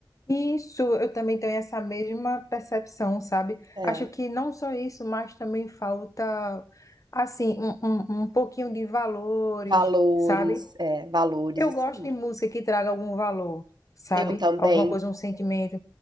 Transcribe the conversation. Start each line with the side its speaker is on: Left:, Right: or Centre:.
Left: Isso, eu também tenho essa mesma percepção, sabe?
Right: É,
Left: Acho que não só isso, mas também falta, assim, um, um, um pouquinho de valores,
Right: valores,
Left: sabe?
Right: é, valores,
Left: Eu
Right: isso
Left: gosto
Right: aí.
Left: de música que traga algum valor, sabe?
Right: Eu também.
Left: Alguma coisa, um sentimento.